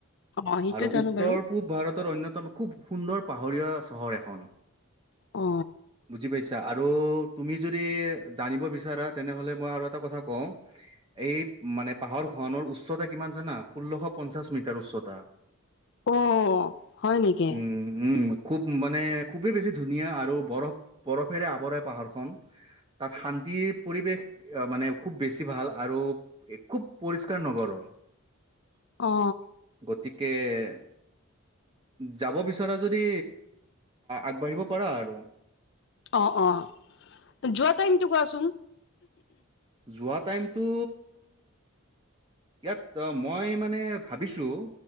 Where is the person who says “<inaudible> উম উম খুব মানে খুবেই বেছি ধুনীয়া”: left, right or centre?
Right